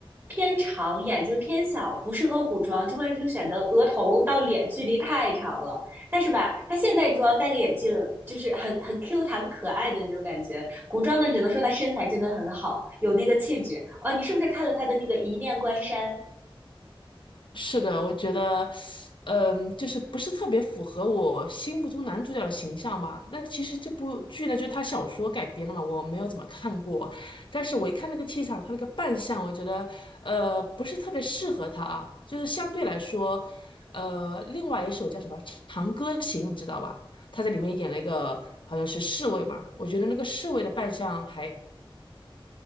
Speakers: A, on the right (about 25°); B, on the left (about 60°).
A: 偏长，眼睛偏小，不适合古装，就会就显得额头到脸距离太长了。但是吧，她现代装戴个眼镜，就是很很 Q 弹可爱的那种感觉。古装呢，只能说她身材真的很好，有那个气质。哦，你是不是看了她的那个《一念关山》
B: 是的，我觉得，嗯，就是不是特别符合我心目中男主角的形象吧。那其实这部剧呢，就是他小说改编的嘛，我没有怎么看过，但是我一看那个气场，他那个扮相，我觉得，呃，不是特别适合他啊。就是相对来说，呃，另外一首叫什么《长歌行》，你知道吧？他在里面演了一个好像是侍卫嘛，我觉得那个侍卫的扮相还，